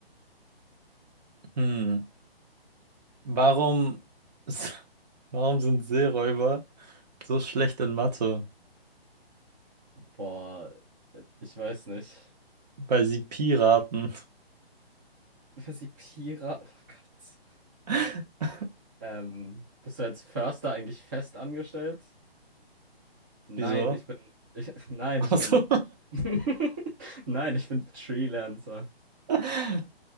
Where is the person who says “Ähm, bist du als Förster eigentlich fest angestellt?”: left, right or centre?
Right